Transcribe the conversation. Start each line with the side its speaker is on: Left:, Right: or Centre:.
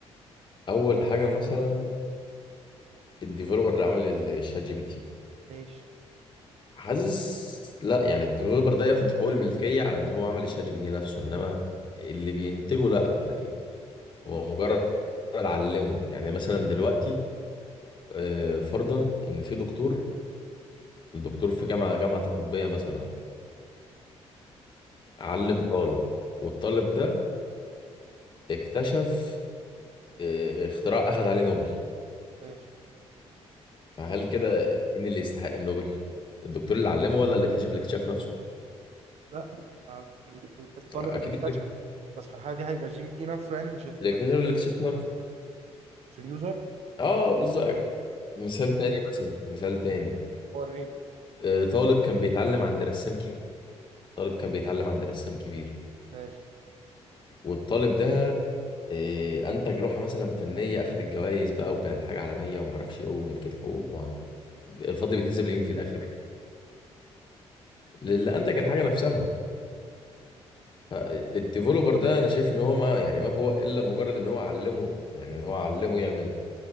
Left: اول حاجه مثلا الديفلوبر اللي عمل الشات جي بي تي
Right: ماشي
Left: حاسس لا يعني الديفلوبر ده ياخد حقوق الملكية على ان هو عمل الشات جي بي تي نفسه انما اللي بينتجه لا يعني هو مجرد علمه يعني مثلا دلوقتي آه، فرضا ان في دكتور الدكتور في جامعة جامعة طبية مثلا علم طالب والطالب ده اكتشف آه، اختراع اخذ عليه نوبل
Right: ماشي
Left: فهل كده مين اللي يستحق النوبل الدكتور اللي علمه ولا اللي اكتشف الاكتشاف نفسه
Right: لا ال- ال- ال- الطالب
Left: اكيد
Right: اللي اكتشف
Left: اللي
Right: بس في الحالة دي هيبقى جي بي تي نفسه يعني مش ال-
Left: اللي اكتشف الاكتشاف نفسه
Right: مش اليوزر
Left: اه بالظبط مثال تاني مثلا مثال تاني
Right: هو الريل
Left: آه، طالب كان بيتعلم عند رسام كبير طالب كان بيتعلم عند رسام كبير
Right: ماشي
Left: والطالب ده آه، انتج لوحه مثلا فنيه اخذت الجوائز بقى وكانت حاجه عالميه وما اعرفش ايه وملكت حقوق وما- الفضل بيتنسب لمين في الاخر للي انتج الحاجه نفسها فالديفلوبر ده انا شايف ان هو ما يعني ما هو الا مجرد ان هو علمه يعني هو علمه يعمل